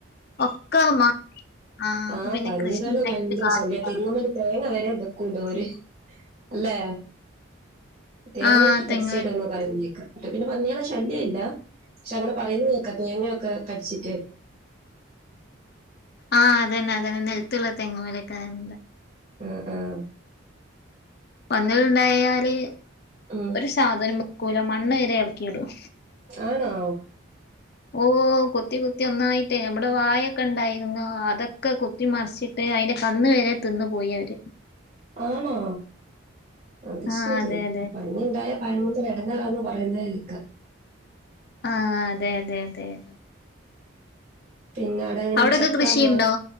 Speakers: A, on the left; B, on the right.
A: ഒക്കെ മാ
B: ആഹ്
A: അപ്പൊ പിന്നെ
B: പന്നികള്
A: കൃഷി ഉണ്ടാക്കിട്ട്
B: ഭയങ്കര
A: കാര്യല്ല
B: ശല്യ തെങ്ങ്മ്മല് തേങ്ങ വരെ ലര് അല്ലേ തേങ്ങൊക്കെ
A: ആഹ്
B: കച്ചടന്നോ
A: തെങ്ങ്
B: പറത്തേക്ക പിന്നെ പന്നികളെ ശല്യം ഇല്ല പക്ഷെ അങ്ങനെ പറയുന്നതൊക്കെ തേങ്ങയൊക്കെ കടിച്ചിട്ട്
A: ആഹ് അതന്നെ അത തന്നെ നെൽത്തുള്ള തെങ്ങ് മലേക്കാരം
B: ഉം ഉം
A: വന്നുണ്ടായാല്
B: ഉം.
A: ഒരു സാധനം വക്കൂല മണ്ണ് വരെ ഇറക്കിടും
B: ആണോ
A: ഓ കുത്തി കുത്തി ഒന്നായിട്ട് നമ്മടെ വായൊക്കെ ഉണ്ടായിരുന്നു അതൊക്കെ കുത്തി മറിച്ചിട്ട് അതിന്റെ കന്ന് വരെ തിന്നു പോയി അവര്
B: ആണോ അത്
A: ആഹ്
B: ശരിയ
A: അതെ അതെ അതെ
B: പന്നിയുണ്ടായ ഭയങ്ക എടങ്ങറാന്ന് പറയുന്നേക്ക്
A: ആഹ് അതെ അതെ അതെ അതെ
B: പിന്നെ അട അങ്ങനെ
A: അവിടൊക്കെ
B: ചക്ക
A: കൃഷിയുണ്ടോ
B: മാ